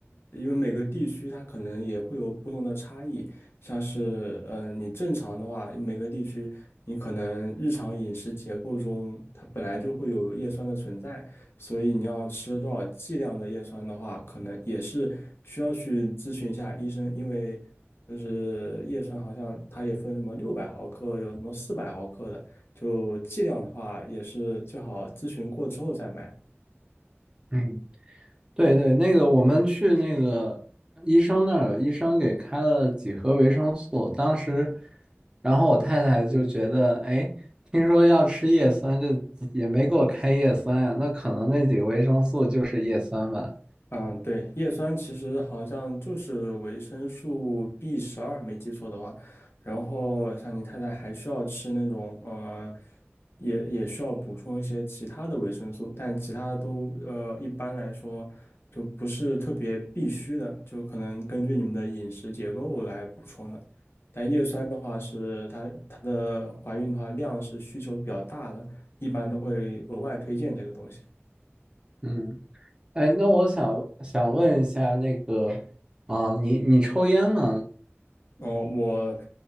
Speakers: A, on the left; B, on the right.
A: 因为每个地区它可能也会有不同的差异，像是嗯，你正常的话，每个地区你可能日常饮食结构中它本来就会有叶酸的存在，所以你要吃多少剂量的叶酸的话，可能也是需要去咨询一下医生，因为就是叶酸好像它也分什么六百毫克，有什么四百毫克的，就剂量的话也是最好咨询过之后再买。
B: 嗯。对对，那个我们去那个医生那儿，医生给开了几盒维生素。当时，然后我太太就觉得，哎，听说要吃叶酸，这也没给我开叶酸呀，那可能那几个维生素就是叶酸吧。
A: 嗯，对，叶酸其实好像就是维生素 B 十二，没记错的话。然后像你太太还需要吃那种呃，也也需要补充一些其他的维生素，但其他的都呃一般来说就不是特别必须的，就可能根据你们的饮食结构来补充的。但叶酸的话是它它的怀孕的话量是需求比较大的，一般都会额外推荐这个东西。
B: 嗯，哎，那我想想问一下，那个啊，你你抽烟吗？
A: 嗯，我